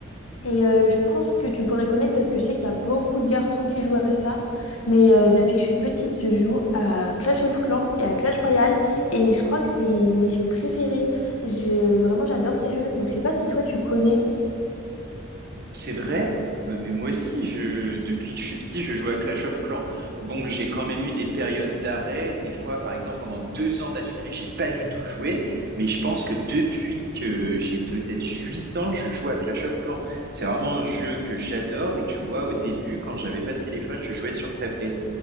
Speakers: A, on the left; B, on the right.
A: Et euh, je pense que tu pourrais connaître parce que je sais qu'il y a beaucoup de garçons qui jouent à ça. Mais euh, depuis que je suis petite, je joue à Clash of Clans et à Clash Royale. Et je crois que c'est mes jeux préférés. Je... Vraiment, j'adore ces jeux. Donc, je sais pas si toi, tu connais.
B: C'est vrai, bah, mais moi aussi, je, depuis que je suis petit, je joue à Clash of Clans. Bon, j'ai quand même eu des périodes d'arrêt. Des fois, par exemple, pendant deux ans d'affilée, j'ai pas du tout joué. Mais je pense que depuis que j'ai peut-être huit ans, je joue à Clash of Clans. C'est vraiment un jeu que j'adore. Et tu vois, au début, quand j'avais pas de téléphone, je jouais sur tablette.